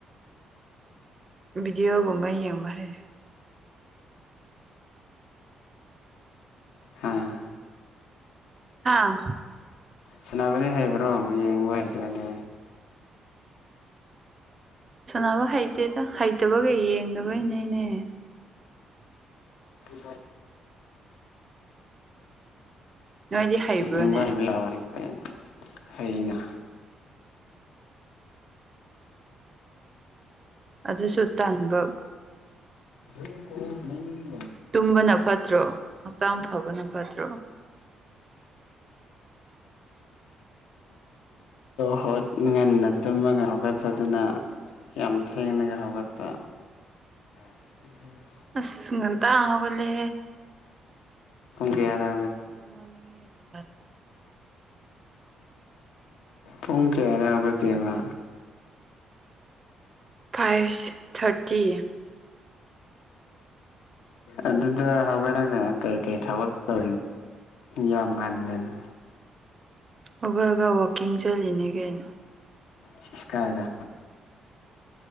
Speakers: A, on the right; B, on the left.
A: ꯗꯤꯒꯨꯝꯕ ꯌꯦꯡꯕꯔꯦ
B: ꯍꯥꯥ
A: ꯍꯥꯥ
B: ꯁꯥꯟꯅꯕꯗꯤ ꯍꯩꯕ꯭ꯔꯣ ꯑꯃꯨꯛ ꯌꯦꯡꯕ ꯍꯩꯇ꯭ꯔꯗꯤ
A: ꯁꯅꯕ ꯍꯩꯇꯦꯗ ꯍꯩꯇꯕꯒ ꯌꯦꯡꯗꯕꯩꯅꯦꯅꯦ
B: ꯖ
A: ꯅꯣꯏꯗꯤ ꯍꯩꯕ꯭ꯔꯣꯅꯦ
B: ꯌꯦꯡꯕ ꯍꯥꯏꯕ ꯌꯥꯕꯅꯤ ꯀ ꯍꯅ
A: ꯑꯗꯨꯁꯨ ꯇꯟꯥꯟꯕ
B: <unintelligible>
A: ꯇꯨꯝꯕꯅ ꯐꯠꯇ꯭ꯔꯣ ꯍꯛꯆꯥꯡ ꯐꯕꯅ ꯐꯠꯇ꯭ꯔꯣ
B: ꯍ ꯉꯟꯅ ꯇꯨꯝꯃꯒ ꯍꯧꯒꯠꯄꯗꯨꯅ ꯌꯥꯝ ꯊꯦꯡꯅꯒ ꯍꯧꯒꯠꯄ ꯏ
A: ꯑꯁ ꯉꯇ ꯍꯧꯒꯂꯦ
B: ꯒꯤ ꯌꯥꯔ
A: ꯅꯃꯅꯦꯒ ꯍꯦꯅꯤ
B: ꯄꯨꯡ ꯀ ꯑꯂꯕꯒ ꯀꯦꯕꯥ
A: ꯐꯥꯏꯚ ꯊꯥꯔꯇꯤ
B: ꯑꯗꯨ ꯑꯗꯨꯗ ꯍꯧꯒ ꯀ ꯀꯩ ꯀꯩ ꯊꯕꯔ ꯌꯥꯝꯝꯒꯥꯟꯂꯅ
A: ꯑꯒꯒ ꯋꯥꯋꯀꯤꯡ ꯆꯠꯂꯤꯅꯦ ꯀꯩꯅꯣ
B: ꯆꯠꯀꯥꯏꯗ